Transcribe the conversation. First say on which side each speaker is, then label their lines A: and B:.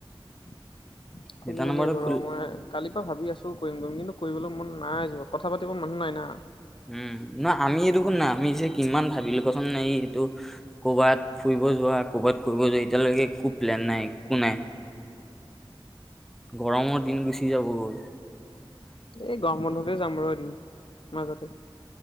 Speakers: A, on the left; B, in the centre.
A: <inaudible> খুলিব
B: দেউতাৰ নাম্বাৰটো
A: লাগিব ৰ
B: খুলি
A: মই কালিৰ পৰা ভাবি আছো কৰিম কৰিম কিন্তু কৰিবলৈ মন নাই যোৱা কথা পাতিব মানুহ নাই না।
B: উম নহ আমি এই দেখুন নাই আমি যে কিমান ভাবিলো কোৱাচোন হেৰি এইটো কৰ'বাত ফুৰিব যোৱা ক'বাত কৰিব যোৱা এতিয়ালৈকে একো প্লেন নাই একো নাই গৰমৰ দিন গুচি যাব গৈ।
A: এই গৰম বন্ধতে যাম বাৰু এদিন। মাজতে